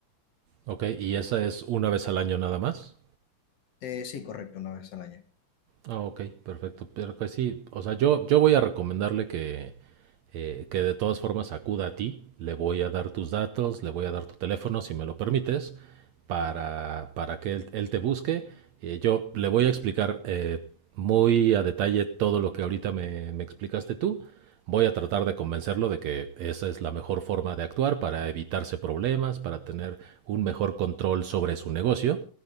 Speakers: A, on the right; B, on the left.
A: ¿ok? Y esa es una vez al año nada más.
B: Eh, sí, correcto, una vez al año.
A: Ah, ok, perfecto. Pero que sí, o sea, yo, yo voy a recomendarle que, eh, que de todas formas acuda a ti. Le voy a dar tus datos, le voy a dar tu teléfono, si me lo permites, para, para que él, él te busque. Eh, yo le voy a explicar eh, muy a detalle todo lo que ahorita me, me explicaste tú voy a tratar de convencerlo de que esa es la mejor forma de actuar para evitarse problemas, para tener un mejor control sobre su negocio.